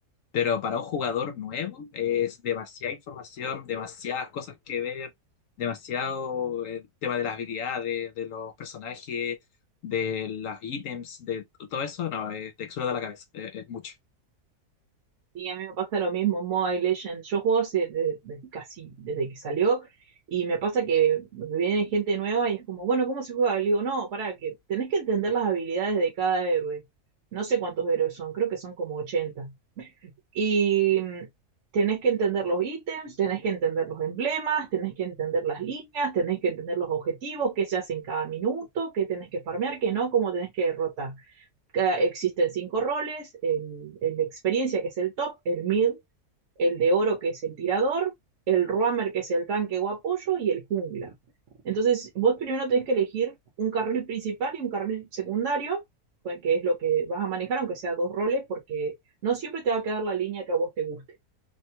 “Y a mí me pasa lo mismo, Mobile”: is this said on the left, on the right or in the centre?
Right